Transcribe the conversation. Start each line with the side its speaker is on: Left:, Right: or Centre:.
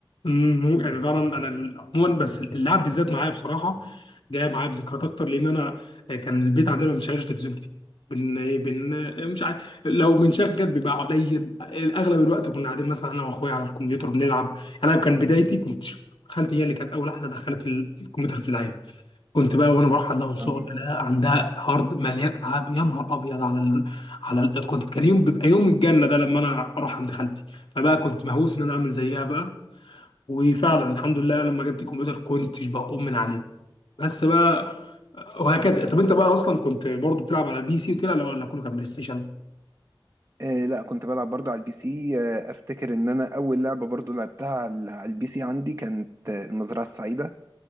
Left: أمم، يعني فعلا انا ال- عموما بس اللعب بالذات معايا بصراحه جايه معايا بذكريات اكتر لان انا آه، كان البيت عندنا ما بنشغلش تلفزيون كتير بن ايه بن مش عارف لو بنشغل بيبقى قليل اغلب الوقت كنا قاعدين مثلا انا واخويا على الكمبيوتر بنلعب انا كان بدايتي كنت ش- خالتي هي اللي كانت اول واحده دخلت ال- الكمبيوتر في العيله كنت بقى وانا بروح عندها من صغري
Right: اه
Left: لا عندها هارد مليان العاب يا نهار ابيض على ال... على ال... كنت كان يوم بيبقى يوم الجنه ده لما انا اروح عند خالتي فبقى كنت مهووس ان انا اعمل زيها بقى وفعلا الحمد لله لما جبت الكمبيوتر كنتش بقوم من عليه بس بقى وهكذا طب انت بقى اصلا كنت برضو بتلعب على البي سي وكده لا ولا كله كان بلاي ستيشن
Right: آه، لا كنت بلعب برضه على البي سي آه، افتكر ان انا اول لعبه برضه لعبتها على على البي سي عندي كانت آه، المزرعه السعيده